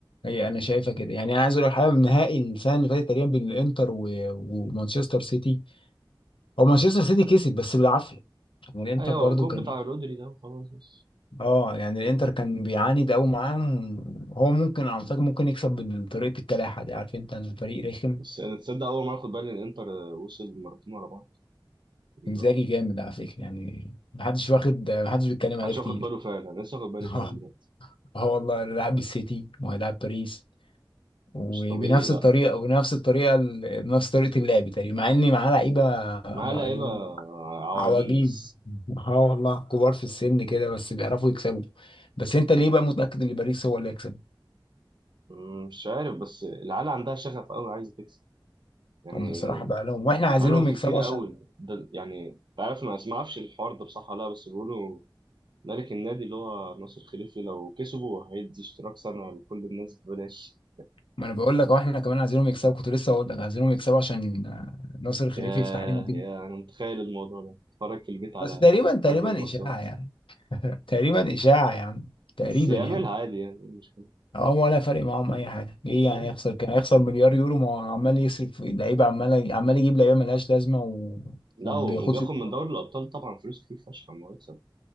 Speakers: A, on the left (about 85°); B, on the right (about 65°).
A: هي انا شايفها كده يعني انا عايز اقول لك حاجه النهائي السنه اللي فاتت تقريبا بين الانتر و- ومانشستر سيتي هو مانشستر سيتي كسب بس بالعافيه يعني الانتر
B: ايوه
A: برضو
B: الجون
A: كان
B: بتاع
A: ايه
B: رودري ده وخلاص بس
A: اه يعني الانتر كان بيعاند قوي معاهم هو ممكن على فكره ممكن يكسب بطريقه الكلاحه دي عارف انت الفريق رخم
B: بس انا تصدق اول مرة اخد بالي ان انتر وصل مرتين ورا بعض غريبة
A: انزاجي جامد على فكره يعني محدش واخد محدش بيتكلم عليه
B: محدش
A: كتير
B: واخد باله فعلا انا لسه واخد بالي
A: <laughs>
B: فعلا
A: اه
B: دلوقتي
A: آه والله لاعب السيتي وهيلاعب باريس وبنفس
B: مش طبيعي لا
A: الطريقه وبنفس الطريقه ال- نفس طريقه اللعب تقريبا مع ان معاه لعيبه مقاولين
B: معاه لعيبة عواجيز
A: عواجيز اه والله كبار في السن كده بس بيعرفوا يكسبوا بس انت ليه بقى متاكد ان باريس هو اللي هيكسب
B: مم، مش عارف بس العيال عندها شغف قوي عايزة تكسب يعني
A: هم الصراحه بقى لهم واحنا عايزينهم
B: بقالهم
A: يكسبوا
B: كتير قوي
A: عشان
B: ده يعني انت عارف ما ما اعرفش الحوار ده بصح ولا لا بس بيقولوا ملك النادي اللي هو ناصر خليفي لو كسبوا هيدي اشتراك سنة لكل الناس ببلاش
A: ما انا بقول لك اهو احنا كمان عايزينهم يكسبوا كنت لسه اقول لك عايزينهم يكسبوا عشان آه، ناصر الخليفي
B: يا
A: يفتح لنا كده
B: يا انا متخيل الموضوع ده اتفرج في البيت على
A: بس تقريبا تقريبا
B: على كل الماتشات
A: اشاعه يعني <laughs> تقريبا اشاعه يعني تقريبا
B: بس يعملها
A: يعني
B: عادي يعني إيه المشكلة
A: اه ولا فارق معاهم اي حاجه ايه يعني
B: مم.
A: يخسر كان هيخسر مليار يورو ما هو عمال يصرف في لعيبه عمال عمال يجيب لعيبه ملهاش لازمه و-
B: لا
A: وما
B: وبياخد
A: بياخدش بطولات.
B: من دوري الأبطال طبعا فلوس كتير فشخ أما يكسب